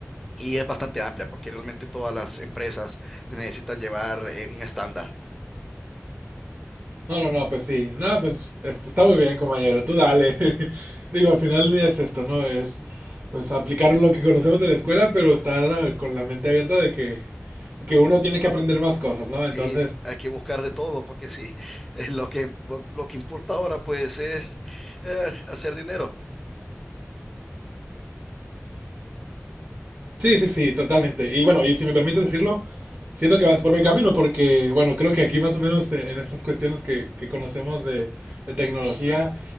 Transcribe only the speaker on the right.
No, no, no, pues sí. No, pues es- está muy bien, compañero. Tú dale. <laughs> Digo, al final del día es esto, ¿no? Es pues aplicar lo que conocemos de la escuela, pero estar ah, con la mente abierta de que, que uno tiene que aprender más cosas, ¿no? Entonces,
Sí, sí, sí, totalmente. Y bueno, y si me permites decirlo, siento que vas por buen camino porque, bueno, creo que aquí más o menos eh, en estas cuestiones que, que conocemos de, de tecnología,